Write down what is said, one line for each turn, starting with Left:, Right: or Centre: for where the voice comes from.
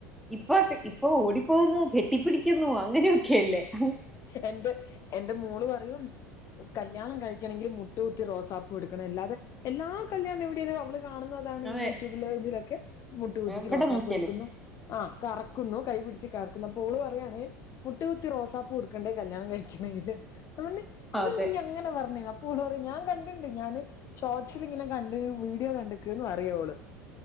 Centre: ഇപ്പൊ ഇപ്പൊ ഓടിപ്പോകുന്നു കെട്ടിപ്പിടിക്കുന്നു അങ്ങനെയൊക്കെല്ലേ
Left: എൻ്റെ എൻ്റെ മോള് പറയും കല്യാണം കഴിക്കണെങ്കിൽ മുട്ട് കുത്തി റോസാപ്പു കൊടുക്കണം അല്ലാതെ എല്ലാ കല്യാണ വീഡിയോലും അവള് കാണുന്നതാണ്
Centre: അതെ
Left: യൂട്യൂബില് ഇതിലൊക്കെ മുട്ട് കുത്തി
Centre: എവിടെ
Left: റോസപ്പടുക്കുന്നു
Centre: നോക്കിയാലും
Left: ആ കറക്കുന്നു കൈ പിടിച്ച് കർക്കുന്നു അപ്പോ ഓള് പറയാണ് മുട്ട് കുത്തി റോസാപ്പൂ കൊടുക്കണ്ടേ കല്യാണം കഴിക്കണെങ്കില് അമല്, അതെന്തെ
Centre: അതെ
Left: നീങ്ങനെ പറഞ്ഞെഡാ കൂട്തല് ഞാൻ കൻണ്ടിണ്ട് ഞാന് ഷോർട്സിലിങ്ങനെ കണ്ട് വീഡിയോ കണ്ടിക്ക്ന്ന് പറിയ ഓള്